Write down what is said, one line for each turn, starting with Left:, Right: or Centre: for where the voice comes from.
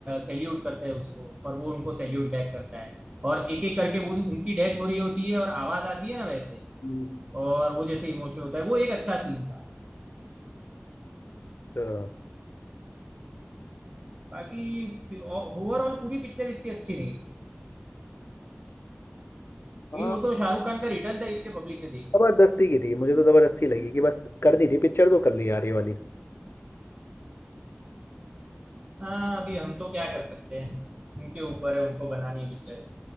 Right: सैल्यूट करते हैं उसको और वो उनको सैल्यूट बैक करता है और एक एक करके वो उन, उनकी डेथ हो रही होती है और आवाज आती है ना वैसे
Left: हम्म,
Right: और वो जैसे इमोशनल होता है वो एक अच्छा सीन था
Left: तो-
Right: बाकी ओवरऑल पूरी पिक्चर इतनी अच्छी नहीं थी
Left: हाँ
Right: लेकिन वो तो शाहरुख खान का रिटर्न था इसलिए पब्लिक ने देख
Left: जबरदस्ती
Right: ली
Left: की थी मुझे तो जबरदस्ती लगी कि बस करनी थी पिक्चर तो कर ली यार ये वाली
Right: हाँ अभी हम तो क्या कर सकते हैं उनके ऊपर है उनको बनानी है पिक्चर